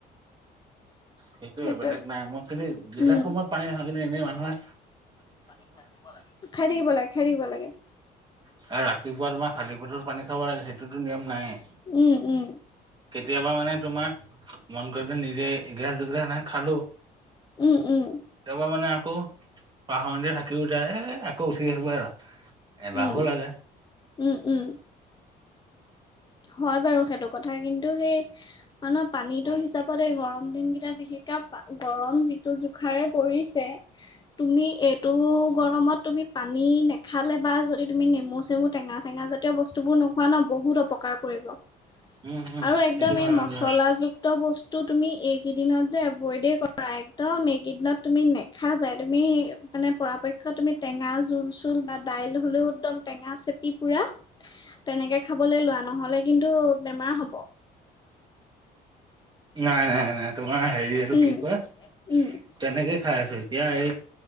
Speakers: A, on the right; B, on the left.
A: সেইটোয়ে
B: সেইটো
A: বেলেগ নাই মই কিন্তু বেলেগ
B: উম,
A: সময়ত পানী নাখাওঁ কিন্তু এনেই মানুহে
B: খাই থাকিব লাগে, খাই থাকিব লাগে।
A: আৰু ৰাতিপুৱা তোমাৰ খালী পেটত পানী খাব লাগে, সেইটোতো নিয়ম নাইয়ে।
B: উম, উম,
A: কেতিয়াবা মানে তোমাৰ মন গৈছে নিজে এগিলাছ দুগিলাছ এনেকে খালো। কেতিয়াবা
B: উম, উম,
A: মানে আকৌ পাহনিতেই থাকিও যায়, এ আকৌ উঠি আহিব আৰু এলাহো
B: উম,
A: লাগে।
B: উম, উম। হয় বাৰু সেইটো কথা, কিন্তু সেই মানুহ পানীতো হিচাপত এই গৰম দিনকেইটা বিশেষকৈ এতিয়া গৰম যিটো জোখাৰে পৰিছে, তুমি এইটো গৰমত তুমি পানী নেখালে বা যদি তুমি নেমু-চেমু টেঙা- চেঙা জাতীয় বস্তু বোৰ নোখোৱা ন বহুত অপকাৰ কৰিব। আৰু
A: উম উম
B: একদম
A: সেইটো হয়
B: এই
A: সেইটো
B: মচলাযুক্ত
A: হয়
B: বস্তু টো তুমি এইকেইদিনত যে এভইডে কৰা, একদম এইকেইদিনত তুমি নেখাবাই তুমি মানে পৰাপক্ষত তুমি টেঙা জোল-চোল বা দাইল হ'লেও একদম টেঙা চেপি পুৰা। তেনেকৈ খাবলৈ লোৱা নহ'লে কিন্তু বেমাৰ হ'ব।
A: নাই, নাই, নাই তোমাৰ হেৰি এইটো
B: উম,
A: কি কয়?
B: উম,
A: তেনেকেই খাই আছো, এতিয়া এই